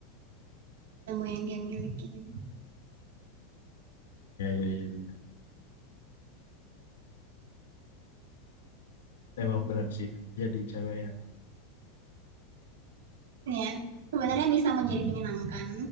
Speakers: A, on the right; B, on the left.
A: ilmu yang dia miliki gitu.
B: Ya, ya, ya, ya. Emang berat sih jadi cewek ya.
A: Ya, sebenarnya bisa menjadi menyenangkan